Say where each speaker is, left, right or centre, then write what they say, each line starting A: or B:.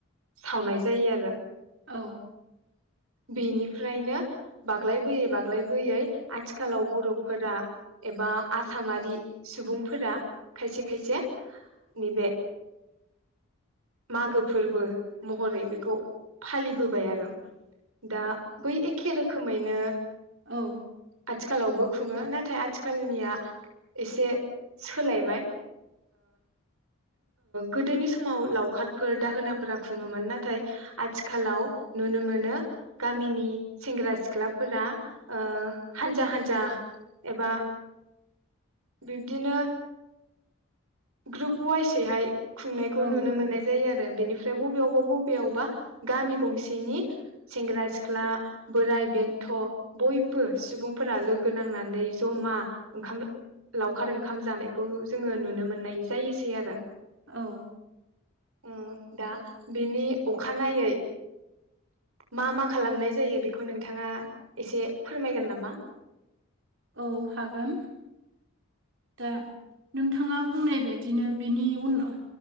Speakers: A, on the right (about 90°); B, on the right (about 60°).
A: सावनाय जायो आरो।
B: औ।
A: बेनिफ्रायनो ब। बाग्लायबोयै बाग्लायबोयै आथिखालाव बर'फोरा एबा आसामारि सुबुंफोरा खायसे खायसे नैबे मागो फोरबो। महरै बेखौ। फालिबोबाय आरो दा बै एखे रोखोम। खैनो।
B: औ।
A: आथिखालावबो खुङो नाथाय आथिखालनिया एसे सोलायबाय गोदोनि समाव लावखारफोर दाहोनाफोरा खुङोमोन नाथाय आथिखालाव नुनो मोनो गामिनि सेंग्रा सिख्ला ख्लाफोरा ओ हानजा हानजा एबा बिब्दिनो ग्रुप वाइसैहाय खुंनायखौ
B: औ
A: नुनो मोननाय जायो आरो बेनिफ्राय बबेयावबा बबेयावबा गामि गंसेनि सेंग्रा सिख्ला बोराय बेन्थ बयबो सुबुंफोरा लोगो नांनानै जमा ओंखाम लावखार ओंखाम जानायखौ जोङो नुनो मोन नाय जायोसै आरो
B: औ
A: उम दा बेनि अखानायै मा मा खालामनाय जायो बेखौ नोंथाङा एसे फोरमायगोन नामा
B: औ हागोन दा नोंथाङा बुंनाय बायदिनो बिनि उनाव